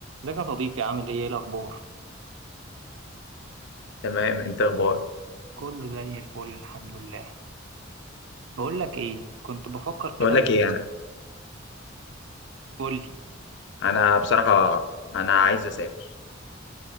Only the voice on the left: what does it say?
تمام انت اخبارك
بقول
لك ايه انا
انا بصراحه انا عايز اسافر